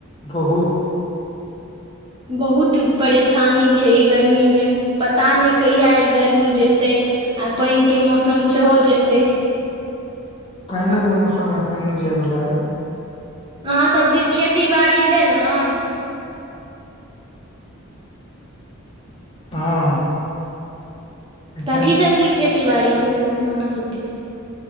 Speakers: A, on the left; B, on the right.
A: बहुत।
B: बहुत परेशानी छै ई गर्मीमे पता नइ कहिया ई गर्मी जेतै। आ पाइनके मौसम सेहो जेतै।
A: पाइनक मौसम एखन नै जाय वला अइ।
B: अहाँ सब दिस खेती बाड़ी भेल अन।
A: हँ। एखन
B: कथी सबके खेती बाड़ी भेल अन अहाँ सब दिस।